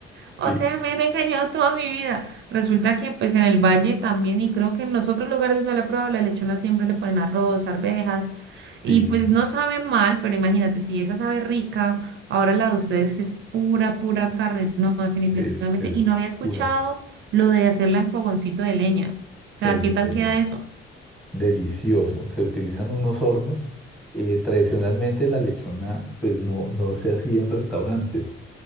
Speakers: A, on the right (about 65°); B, in the centre.
A: o
B: sí,
A: sea, me han engañado toda mi vida. Resulta que pues en el valle también y creo que en los otros lugares donde la prueba la lechona siempre le ponen arroz, arvejas y
B: sí.
A: pues no sabe mal, pero imagínate, si esa sabe rica, ahora la de ustedes que es pura, pura carne, no, definitivamente.
B: Es, es
A: Y no había escuchado
B: una, ca-
A: lo de hacerla en fogoncito de leña. O sea,
B: es
A: ¿qué tal
B: delicioso.
A: queda eso?
B: Delicioso. Se utilizan unos hornos. Eh, tradicionalmente la lechona pues no, no se hacía en restaurantes,